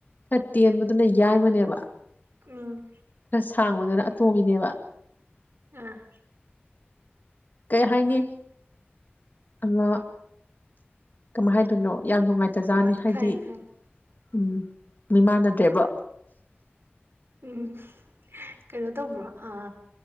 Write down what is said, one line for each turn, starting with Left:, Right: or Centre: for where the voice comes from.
Left: ꯇꯦꯟꯕꯗꯨꯅ ꯌꯥꯏꯃꯅꯦꯕ
Right: ꯎꯝ
Left: ꯊꯥꯡꯕꯗꯅ ꯑꯇꯣꯝꯕꯤꯅꯦꯕ
Right: ꯑ
Left: ꯀꯩ ꯍꯥꯏꯅꯤ ꯑꯃ ꯀꯃꯥꯏ ꯍꯥꯏꯗꯣꯏꯅꯣ ꯌꯥꯝ ꯅꯨꯡꯉꯥꯏꯇꯖꯥꯠꯅꯤ
Right: ꯍꯣꯏ
Left: ꯍꯥꯏꯗꯤ
Right: ꯈꯪꯉꯦ ꯈꯪꯉꯦ
Left: ꯎꯝ ꯃꯤꯃꯥꯟꯅꯗ꯭ꯔꯦꯕ
Right: ꯎꯝ ꯀꯩꯅꯣ ꯇꯧꯕ꯭ꯔꯣ ꯑ